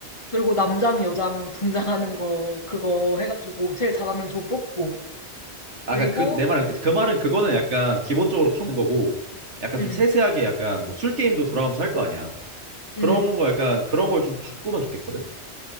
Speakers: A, on the left; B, on the right.
A: 그리고 남장, 여장 분장하는 거, 그거 해가지고, 제일 잘하는 조 뽑고.
B: 아까
A: 그리고,
B: 그 내 말은 그 말은 그거는 약간 기본적으로 가는 거고 약간
A: 응
B: 좀 세세하게 약간 뭐 술 게임도 돌아가면서 할 거 아니야. 그런
A: 응
B: 거 약간 그런 걸 좀 바꾸면 좋겠거든.